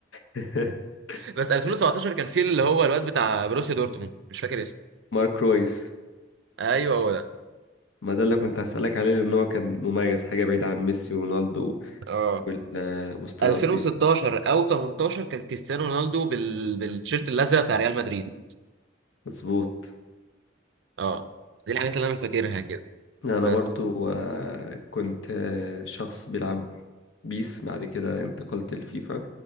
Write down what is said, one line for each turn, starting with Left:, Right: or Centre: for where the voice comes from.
Left: <laughs>
Right: بس 2017 كان في اللي هو الواد بتاع بروسيا دورتموند مش فاكر اسمه
Left: مارك رويس
Right: ايوه هو ده
Left: ما ده اللي كنت هسألك عليه لأن هو كان مميز حاجة بعيدة عن ميسي ورونالدو
Right: اه
Left: وال- والستارات
Right: 2016
Left: دي
Right: او 18 كان كريستيانو رونالدو بال... بالتيشيرت الازرق بتاع ريال مدريد
Left: مظبوط
Right: اه دي الحاجات اللي انا فاكرها كده
Left: يعني انا
Right: بس
Left: برضو آه، كنت آه، شخص بيلعب بيس بعد كده انتقلت لفيفا